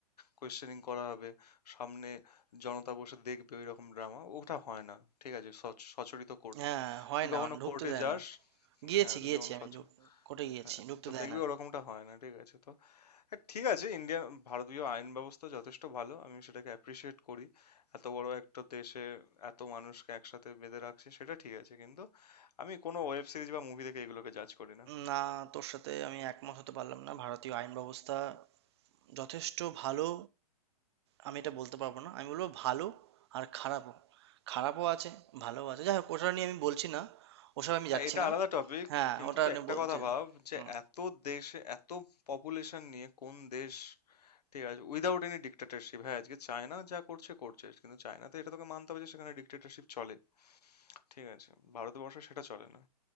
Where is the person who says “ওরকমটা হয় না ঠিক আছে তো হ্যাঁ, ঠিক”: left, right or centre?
Left